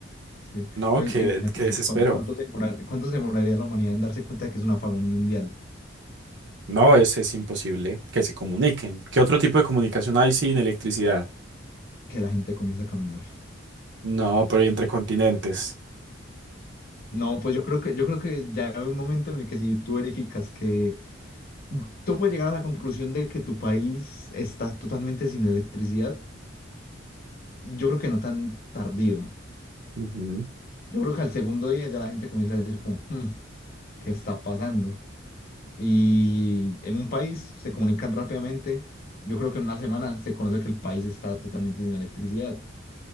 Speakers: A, on the left; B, on the right.
A: Sí,
B: No,
A: pero
B: qué,
A: imagínate
B: qué
A: eso.
B: desespero.
A: ¿Cuánto, cuánto se demora- cuánto se demoraría la humanidad en darse cuenta de que es un apagón mundial?
B: No, es, es imposible que se comuniquen. ¿Qué otro tipo de comunicación hay sin electricidad?
A: Que la gente comienza a caminar.
B: No, pero ¿y entre continentes.
A: No, pues yo creo que, yo creo que ya hay un momento en el que si tú verificas que tú puedes llegar a la conclusión de que tu país está totalmente sin electricidad, yo creo que no tan tardío.
B: Ujú.
A: Yo creo que al segundo día ya la gente comienza a decir como, "Hmm, ¿qué está pasando? Y en un país se comunican rápidamente. Yo creo que en una semana se conoce que el país está totalmente sin electricidad.